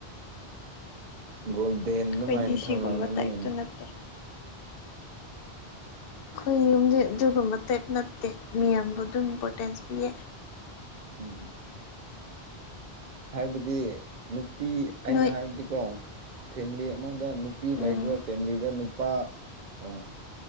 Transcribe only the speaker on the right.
ꯒꯣꯜꯗꯦꯟ
ꯑꯗꯨ ꯃꯥꯏꯅ
ꯊꯝꯂꯝꯒꯅꯤ
ꯎꯝ ꯍꯥꯏꯕꯗꯤ ꯅꯨꯄꯤ ꯑꯩꯅ
ꯍꯥꯏꯕꯗꯤ ꯀꯣ ꯐꯦꯃꯤꯂꯤ ꯑꯃꯗ ꯅꯨꯄꯤ
ꯂꯩꯕ ꯐꯦꯃꯤꯂꯤꯗ ꯅꯨꯄꯥ ꯑꯣ